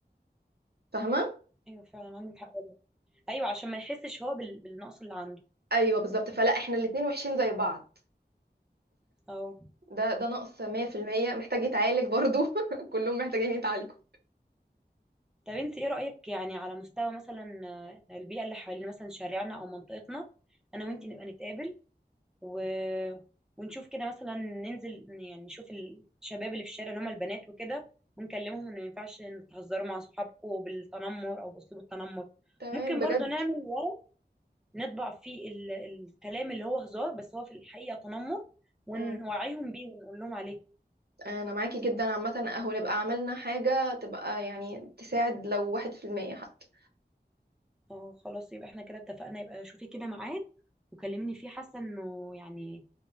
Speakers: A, on the right (about 65°); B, in the centre.
A: فاهمه
B: ايوه فعلا عندك حق والله ايوه عشان ما يحسش هو بال- بالنقص اللي عنده
A: ايوه بالظبط فلا احنا الاتنين وحشين زي بعض
B: اه
A: ده ده نقص 100% محتاج يتعالج برضو <laughs> كلهم محتاجين يتعالجوا
B: طب انت ايه رأيك يعني على مستوى مثلا آه، البيئة اللي حوالين مثلا شارعنا او منطقتنا انا وانت
A: مم.
B: نبقى نتقابل و... ونشوف كده مثلا ننزل يعني نشوف الشباب اللي في الشارع اللي هم البنات وكده ونكلمهم ان ما ينفعش إن تهزروا مع صحابكم بالتنمر او باسلوب التنمر
A: تمام
B: ممكن
A: بجد
B: برضو نعمل ورق نطبع فيه ال... الكلام اللي هو هزار بس هو في الحقيقة تنمر ونوعيهم
A: مم.
B: بيه ونقول لهم عليه
A: انا معاكي جدا عامه اهو نبقى عملنا حاجه تبقى يعني تساعد لو 1% حتى
B: اه خلاص يبقى احنا كده اتفقنا يبقى شوفي كده ميعاد وكلميني فيه حاسه انه يعني